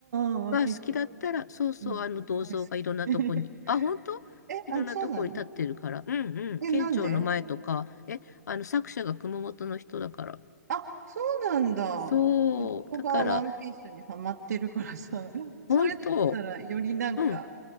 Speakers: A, on the right; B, on the left.
A: ああ、ワンピース。
B: が好きだったら、そうそう、
A: うん。
B: あの銅像がいろんなとこに、
A: 大好き。<laughs>
B: あ、本当
A: え、
B: いろんなとこに立ってるから、
A: あ、そうなの
B: うんうん、
A: え、
B: 県庁の前とか、
A: なんで
B: え、あの作者が熊本の人だから。
A: あ、そうなんだ。
B: そう、
A: 子供がワンピースにハマってるからさ、
B: だから、
A: <laughs> それだったらよりなんか、
B: 本当、うん、